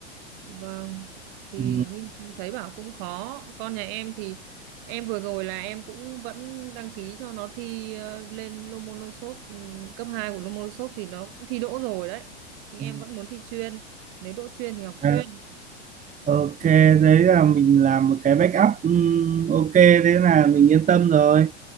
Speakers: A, on the right (about 50°); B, on the right (about 20°).
A: vâng thì
B: ừ.
A: nhưng thấy bảo cũng khó con nhà em thì em vừa rồi là em cũng vẫn đăng ký cho nó thi ờ, lên Lomonosov ừm, cấp 2 của Lomonosov thì nó cũng thi đỗ rồi đấy nhưng
B: Ừ.
A: em vẫn muốn thi chuyên nếu đỗ chuyên thì học chuyên
B: À, Ok, đấy là mình làm một cái backup ừm, ok thế là mình yên tâm rồi.